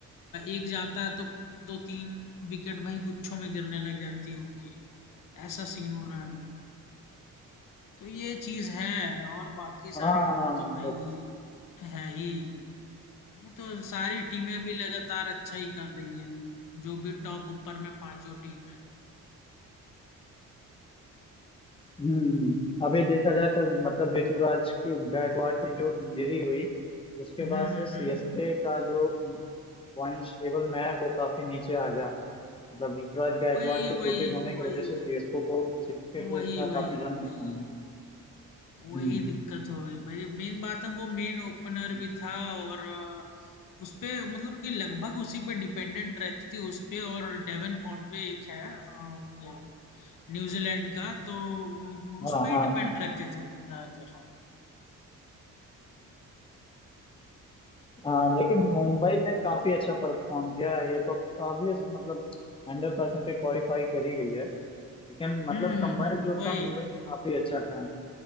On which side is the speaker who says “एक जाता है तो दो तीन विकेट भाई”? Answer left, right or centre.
Left